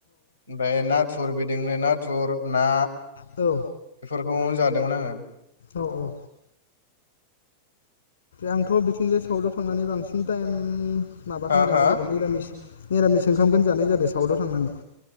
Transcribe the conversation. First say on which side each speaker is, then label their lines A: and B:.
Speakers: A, on the left; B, on the left.
A: ओमफ्राय नाथुर बिदिनो ना थुर ना
B: औ
A: बेखौनो जादोंमोन आङो
B: औ औ आंथ' बिथिंजाय साउथाव थांनानै बांसिन टाइम माबाखो
A: हा
B: जानाय
A: हा
B: जादों मिरामिस मिरामिस ओंखामखौनो जानाय जादों साउथाव थांनानै